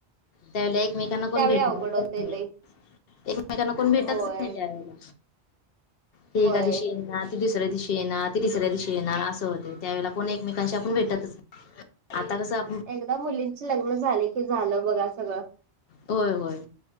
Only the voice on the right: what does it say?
त्यावेळी
अवघड होतय
लई
होय
होय
एकदा मुलींची लग्नं झाले की झालं बघा सगळं.